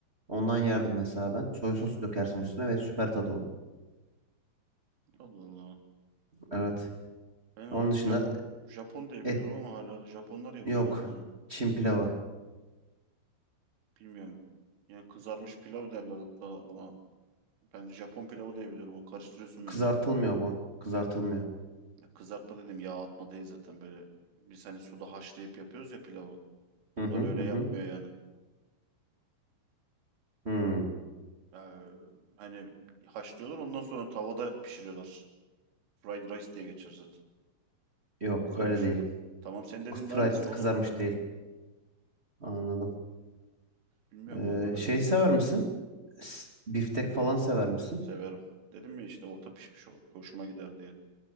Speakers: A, on the right; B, on the right.
A: Ondan yerdim mesela ben. Soya sosu dökersin üstüne ve süper tadı olur.
B: Allah Allah.
A: Evet.
B: Ben onu
A: Onun dışında
B: Japon Japon diye
A: et
B: biliyorum ama hala Japonlar yapıyor
A: yok.
B: abi onu.
A: Çin pilavı.
B: Bilmiyorum. Yani kızarmış pilav derler hatta ona. Ben Japon pilavı diye biliyorum. Onu karıştırıyorsun
A: Kızartılmıyor
B: bence.
A: bu. Kızartılmıyor.
B: Ya kızartma dedim yağ atma değil zaten böyle. Biz hani suda haşlayıp yapıyoruz ya pilavı. Onlar
A: Hı hı
B: öyle
A: hı.
B: yapmıyor
A: hı.
B: yani.
A: Hmm,
B: Ee, hani haşlıyorlar ondan sonra tavada pişiriyorlar. Fried Rice diye geçer zaten.
A: yok
B: Kızarmış
A: öyle değil.
B: film. Tamam sen dediğin
A: Fried
B: de aynısı oğlum.
A: kızarmış değil. Anladım.
B: Bilmiyorum
A: Ee,
B: valla ben
A: şey
B: öyle
A: sever
B: bir
A: misin? S- Biftek falan sever misin?
B: severim. Dedim ya işte orta pişmiş o- hoşuma gider diye.